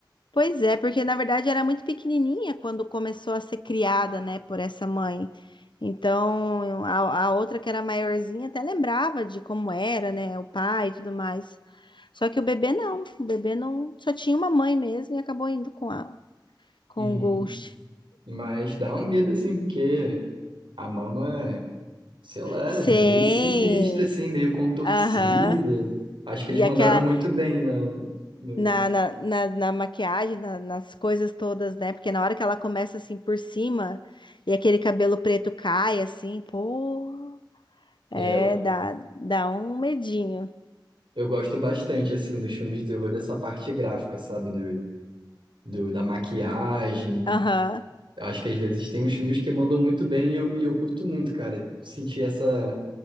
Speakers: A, on the left; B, on the right.
A: Pois é, porque na verdade era muito pequenininha quando começou a ser criada, né, por essa mãe. Então, a, a outra que era maiorzinha até lembrava de como era, né, o pai e tudo mais. Só que o bebê não, o bebê não, só tinha uma mãe mesmo e acabou indo com a com
B: Uhum.
A: o Ghost.
B: Mas dá um medo, assim, porque a mama. sei lá,
A: Sim.
B: né, meio sinistra, assim, meio contorcida.
A: Aham.
B: Acho que
A: E
B: eles mandaram
A: aquela
B: muito bem na, no,
A: na, na, na, na maquiagem, na- nas coisas todas, né? Porque na hora que ela começa assim por cima e aquele cabelo preto cai assim, pô, é,
B: é, eu
A: dá, dá um medinho.
B: eu gosto bastante, assim, dos filmes de terror, dessa parte gráfica, sabe? Do, do, da maquiagem.
A: Aham,
B: Acho que às vezes tem uns filmes que mandam muito bem e eu, e eu curto muito, cara. Sentir essa...